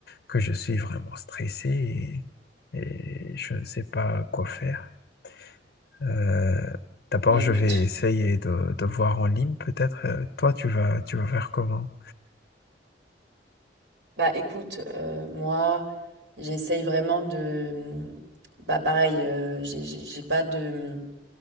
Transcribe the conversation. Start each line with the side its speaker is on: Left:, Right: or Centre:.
Left: que je suis vraiment stressé et, et je ne sais pas quoi faire. Euh, d'abord,
Right: Bah écoute,
Left: je vais essayer de, de voir en ligne peut-être. Euh, toi, tu vas, tu vas faire comment?
Right: bah écoute, euh, moi j'essaye vraiment de, bah pareil, euh, j'ai j'ai- j'ai pas de,